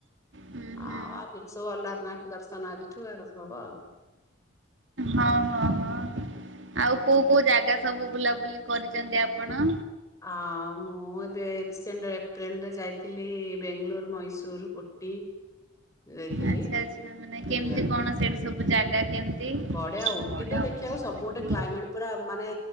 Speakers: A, on the right; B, on the left.
A: ହୁଁ ହୁଁ।
B: ଆଉ ଆଜିଠୁ ଅଲାରନାଥ ଦର୍ଶନ ଆଜିଠୁ ଆରମ୍ଭ ହବ ଆଉ।
A: ହଁ ହଁ ହଁ। ଆଉ କୋଉ କୋଉ ଜାଗା ସବୁ ବୁଲାବୁଲି କରିଛନ୍ତି ଆପଣ?
B: ଆ ମୁଁ ଏବେ ରିସେଣ୍ଟ ଏପ୍ରିଲରେ ଯାଇଥିଲି ବେଙ୍ଗାଲୋର ମଇସୁର ଉଟି। ଯାଇଥିଲି
A: ଆଚ୍ଛା ଆଚ୍ଛା ମାନେ କେମିତି
B: ବୁଲିବାକୁ।
A: କଣ ସେଇଠି ସବୁ ଜାଗା କେମିତି?
B: ବଢିଆ ଉଟି
A: ବଢିଆ
B: ତ ଦେଖିବାକୁ
A: ମାନେ
B: ସବୁ ଗୋଟେ
A: ହଁ
B: କ୍ଲାଇମେଟ
A: ହଁ
B: ପୁରା ମାନେ